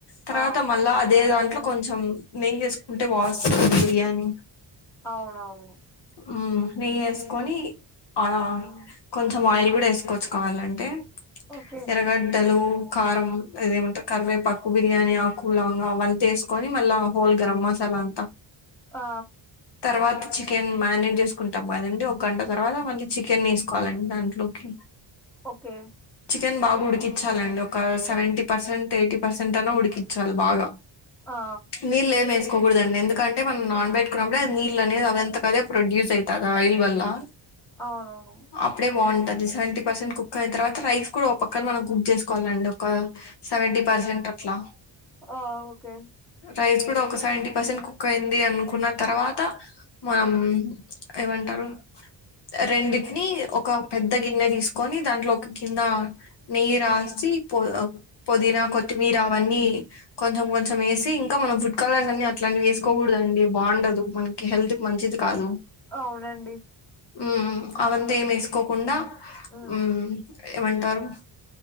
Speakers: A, on the left; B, in the centre.
A: తర్వాతా
B: ఆ
A: మళ్ళా అదే దాం ట్లో కొంచెం నెయ్యి ఏసుకుంటే బావొస్తుంది బిర్యానీ.
B: అవునవును
A: హ్మ నెయ్యి ఏసుకొనీ ఆ
B: హ్మ్.
A: కొంచెం ఆయిల్ గూడా ఏసుకోవచ్చు కావాలంటే.
B: ఓకే
A: ఎరగడ్డలూ, కారం అదేమంటర్ కరివేపాక్క్ బిర్యానీ ఆకు, లవంగా అవ్వంతా ఏసుకొని మళ్ళా హోల్ గరం మసాలా అంతా
B: ఆ
A: తర్వాత చికెన్ మ్యారినేట్ చేసుకుంటాం కదండి ఒక గంట తర్వాత మళ్ళీ చికెన్ ఏసుకోవాలండి దాంట్లోకి.
B: ఓకే
A: చికెన్ బాగా ఉడికిచ్ఛాలండి ఒకా సెవెంటీ పర్సెంట్ ఎయిటీ పర్సెంట్ అన్న ఉడికిచ్ఛాలి బాగా.
B: ఆ
A: నీళ్ళ్ ఏమి ఏసుకోకూడదండి ఎందుకంటే మనం నాన్ బెట్ ట్టి నప్పుడే అది నీళ్ళ్ అనేది అవంతక్ అదే పొడ్యూస్ అయితాది ఆయిల్ వల్లా.
B: అవునవును
A: అప్పుడే బావుంటద్ సెవెంటీ పర్సెంట్ కుక్ అయిన్ తర్వాత రైస్ కూడా ఓపక్కన్ మనం కుక్ చేసుకోవాలండి ఒకా సెవెంటీ పర్సెంట్ అట్ ట్లా
B: ఆ ఓకే
A: రైస్ కూడా ఒక సెవెంటీ పర్సెంట్ కుక్ అయింది అనుకున్నా తర్వాత మనం ఏమంటారు రెండిటిని ఒక పెద్ద గిన్నె తీసుకొని దాంట్లో ఒక కింద నెయ్యి రాస్ సి ప్ పుదీనా కొత్తిమీర అవన్నీ కొంచెం కొంచెం ఏసి, ఇంకా మనం ఫుడ్ కలర్స్ అన్ అట్లాంటివి వేసుకోకూడదండి బాగుండదు, మనకి హెల్త్ మంచిది కాదు.
B: అవునండి
A: ఉమ్ అవంతా ఏం ఏసుకోకుండా,
B: మ్మ్
A: ఉమ్ ఏమంటారు